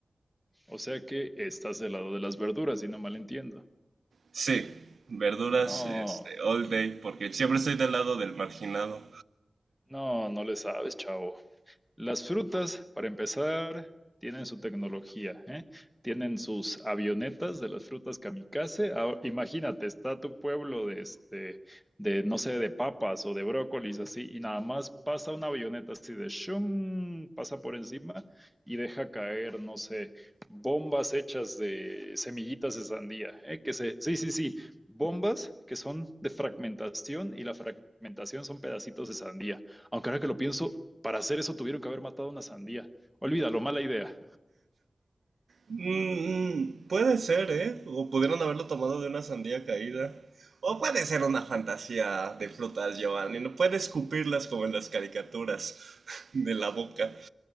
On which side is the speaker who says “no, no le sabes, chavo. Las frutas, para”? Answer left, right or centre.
Centre